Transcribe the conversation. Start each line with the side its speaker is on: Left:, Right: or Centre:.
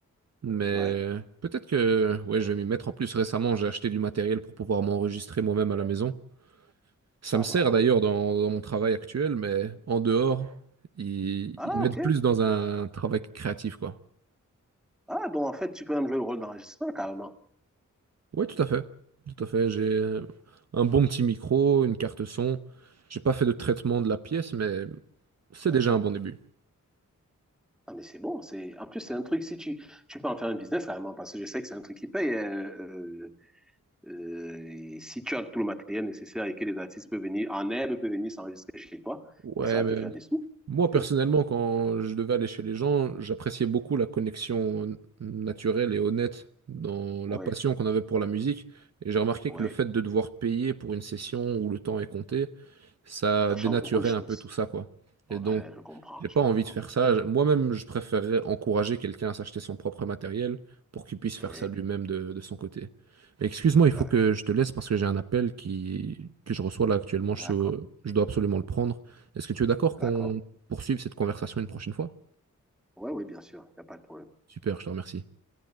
Right: Mais
Centre: Ouais.
Right: peut-être que ouais, je vais m'y mettre. En plus, récemment, j'ai acheté du matériel pour pouvoir m'enregistrer moi-même à la maison. Ça
Centre: Ah
Right: me sert
Centre: bah.
Right: d'ailleurs dans, dans mon travail actuel, mais en dehors, ils,
Centre: Ah,
Right: ils m'aident
Centre: ok.
Right: plus dans un travail créatif, quoi.
Centre: Ah, donc en fait, tu peux même jouer le rôle d'enregistreur carrément.
Right: Oui, tout à fait. Tout à fait. J'ai euh, un bon petit micro, une carte son. J'ai pas fait de traitement de la pièce, mais c'est
Centre: Ouais.
Right: déjà un bon début.
Centre: Ah, mais c'est bon. C'est... En plus, c'est un truc, si tu... tu peux en faire un business carrément, parce que je sais que c'est un truc qui paye. euh, euh, euh, et si tu as tout le matériel nécessaire et que les artistes peuvent venir, en herbe, peuvent venir s'enregistrer chez toi,
Right: Ouais,
Centre: mais ça va
Right: mais
Centre: te faire des sous.
Right: moi personnellement,
Centre: Sûr.
Right: quand je devais aller chez les gens, j'appréciais beaucoup la connexion naturelle et honnête dans la
Centre: Ouais,
Right: passion qu'on avait pour la musique. Et j'ai remarqué
Centre: ouais.
Right: que le fait de devoir payer pour une session où le temps est compté, ça
Centre: Ça
Right: dénaturait
Centre: change beaucoup de choses.
Right: un peu tout ça, quoi. Et
Centre: Ouais,
Right: donc,
Centre: je comprends,
Right: J'ai pas
Centre: je
Right: envie
Centre: comprends.
Right: de faire ça. Moi-même, je préférerais encourager quelqu'un à s'acheter son propre matériel pour qu'il puisse faire
Centre: Ouais,
Right: ça lui-même de, de son côté. Mais excuse-moi, il faut
Centre: ouais.
Right: que je te laisse parce que j'ai un appel qui, que je reçois là actuellement.
Centre: D'accord,
Right: Je suis au- je dois absolument le prendre. Est-ce que tu es d'accord
Centre: d'accord.
Right: qu'on poursuive cette conversation une prochaine fois?
Centre: Ouais, oui, bien sûr, il n'y a pas de problème.
Right: Super, je te remercie.